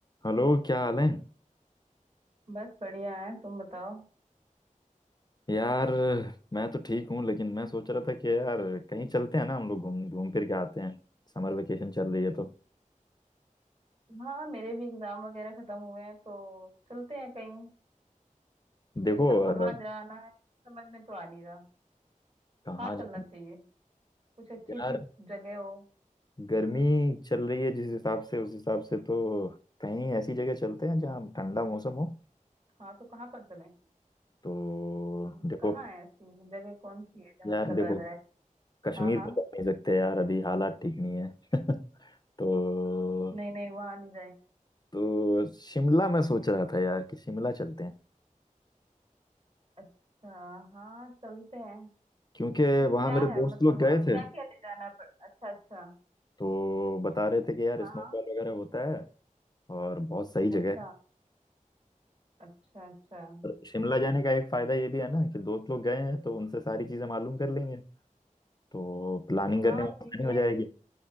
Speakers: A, on the left (about 30°); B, on the right (about 45°).
A: Hello क्या हाल है
B: बस बढ़िया है तुम बताओ
A: यार मैं तो ठीक हूँ लेकिन मैं सोच रहा था कि यार कहीं चलते हैं ना हम लोग घूम घूम फिर के आते हैं समर वेकेशन चल रही है तो
B: हाँ मेरे भी एग्जाम वगैरह खत्म हुए हैं तो चलते हैं कहीं
A: देखो
B: पर
A: अ,
B: कहाँ जाना है समझ में तो आ नहीं रहा
A: कहाँ
B: कहाँ चलना
A: जाना
B: चाहिए कुछ अच्छी
A: यार
B: सी जगह हो
A: गर्मी चल रही है जिस हिसाब से उस हिसाब से तो कहीं ऐसी जगह चलते हैं जहाँ ठंडा मौसम हो
B: हाँ तो कहाँ पर चलें
A: तो
B: हम्म,
A: देखो
B: कहाँ है ऐसी जगह कौन सी है जहाँ
A: यार
B: चला
A: देखो
B: जाए
A: कश्मीर
B: हाँ हाँ
A: तो जा नहीं सकते यार अभी हालात ठीक नहीं है <laughs> तो
B: नहीं नहीं वहाँ नहीं जाएंगे
A: तो शिमला मैं सोच रहा था यार कि शिमला चलते हैं
B: अच्छा हाँ चलते हैं
A: क्योंकि
B: पर
A: वहां
B: क्या
A: मेरे
B: है
A: दोस्त
B: मतलब
A: लोग गए
B: वहाँ क्या
A: थे
B: क्या ले जाना पड़ अच्छा अच्छा
A: तो बता रहे थे कि यार
B: हाँ
A: स्नोफॉल
B: हाँ
A: वगैरह होता है और बहुत सही जगह
B: अच्छा
A: है
B: अच्छा अच्छा
A: और शिमला जाने का एक फायदा ये भी है ना कि दोस्त लोग गए हैं तो उनसे सारी चीजें मालूम कर लेंगे तो प्लानिंग करने
B: हाँ
A: में
B: ये
A: आसानी
B: भी
A: हो
B: है
A: जाएगी